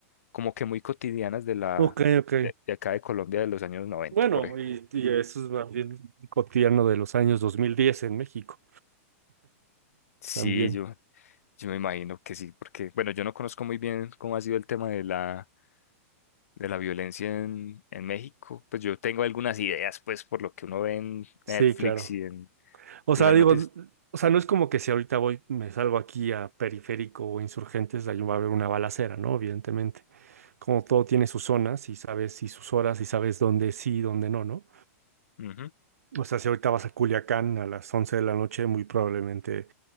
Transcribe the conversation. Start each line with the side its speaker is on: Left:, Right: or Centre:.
Left: como que muy cotidianas de la,
Right: ok, ok.
Left: de, de acá de Colombia de los años 90
Right: Bueno,
Left: por ejemplo.
Right: y, y eso es más bien cotidiano de los años 2010 en México
Left: Sí,
Right: también.
Left: yo, Yo me imagino que sí, porque, bueno, yo no conozco muy bien cómo ha sido el tema de la, de la violencia en, en México. Pues yo tengo algunas ideas, pues, por lo que uno ve en Netflix
Right: Sí, claro.
Left: y en,
Right: O
Left: y
Right: sea,
Left: en las
Right: digo,
Left: noticias.
Right: o sea, no es como que si ahorita voy, me salgo aquí a Periférico o Insurgentes, ahí va a haber una balacera, ¿no? Evidentemente. Como todo tiene sus zonas y sabes y sus horas y sabes dónde sí y dónde no, ¿no?
Left: Ujú,
Right: O sea, si ahorita vas a Culiacán a las 11 de la noche, muy probablemente,